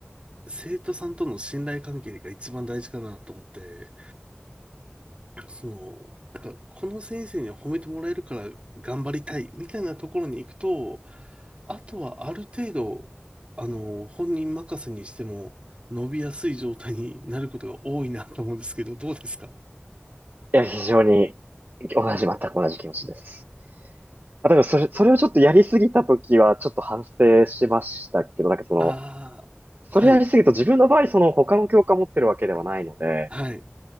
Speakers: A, on the right; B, on the right.
A: 生徒さんとの信頼関係が一番大事かなと思って、その、なんか、この先生には褒めてもらえるから頑張りたいみたいなところに行くと、あとはある程度、あの、本人任せにしても伸びやすい状態になることが多いなと思うんですけど、どうですか
B: いや、非常に、同じ、全く同じ気持ちです。あ、だからそれ、それをちょっとやりすぎたときは、ちょっと反省しましたけど、なんかその、
A: ああ、
B: それやりすぎると自分の場合、
A: はい、
B: その他の教科持ってるわけではないので、
A: はい。